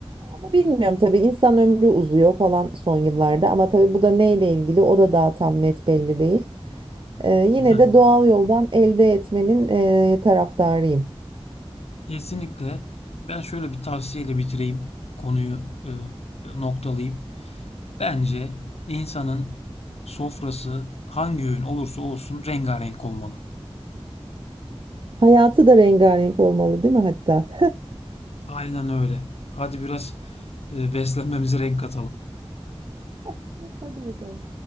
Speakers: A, on the right; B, on the left.
A: ama bilmiyorum tabii insan ömrü uzuyor falan son yıllarda ama tabii bu da neyle ilgili o da daha tam net belli değil. Ee, yine
B: <laughs>
A: de doğal yoldan elde etmenin e, taraftarıyım.
B: Kesinlikle. Ben şöyle bir tavsiyeyle bitireyim. Konuyu e, noktalayayım. Bence insanın sofrası hangi öğün olursa olsun rengarenk olmalı.
A: Hayatı da rengarenk olmalı, değil mi hatta?
B: Aynen öyle. Hadi biraz e, beslenmemize renk katalım.
A: <laughs> Hadi bakalım.